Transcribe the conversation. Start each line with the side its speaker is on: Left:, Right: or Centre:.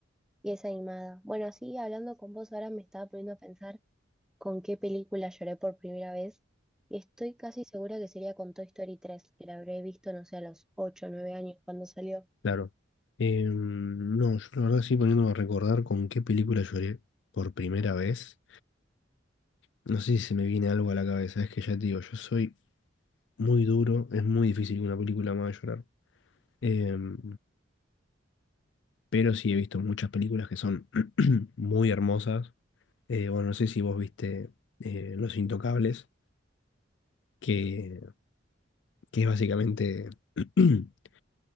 Centre: y es animada. Bueno, así hablando con vos ahora me estaba poniendo a pensar con qué película lloré por primera vez. Y estoy casi segura que sería con Toy Story tres que la habré visto, no sé, a los 8 o 9 años cuando salió.
Left: Claro. Em, no, yo la verdad sí poniéndome a recordar con qué película lloré por primera vez. No sé si se me viene algo a la cabeza, es que ya te digo, yo soy muy duro, es muy difícil que una película me haga llorar. Em, pero sí he visto muchas películas que son <clears throat> muy hermosas. Eh, bueno, no sé si vos viste eh, Los Intocables, que, que es básicamente <clears throat>